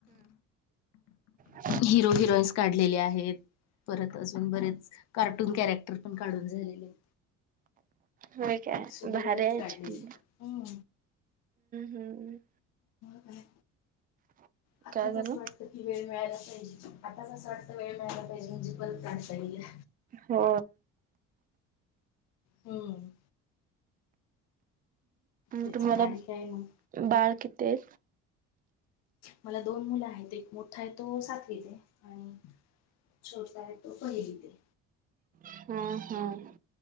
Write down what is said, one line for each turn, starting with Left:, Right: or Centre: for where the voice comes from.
Right: ह
Left: हिरो हिरोईन्स काढलेले आहेत परत अजून बरेच कार्टून कॅरेक्टर पण काढून झालेले आहेत
Right: हो काय
Left: असे बरेच
Right: भारच
Left: काढलेले
Right: हम्
Left: हम्म
Right: हम्म
Left: आणि आताच
Right: काय झालं?
Left: असं वाटतं की वेळ मिळायला पाहिजे आताच असं वाटत वेळ मिळायला पाहिजे म्हणजे ब
Right: हो
Left: हम्म तेच
Right: त
Left: की
Right: मला
Left: आणि काय मग
Right: बाळ किती ते
Left: मला दोन मुलं आहेत एक मोठा आहे तो सातवीला आणि छोटसा आहे तो पहिली ते
Right: हम्म हम्म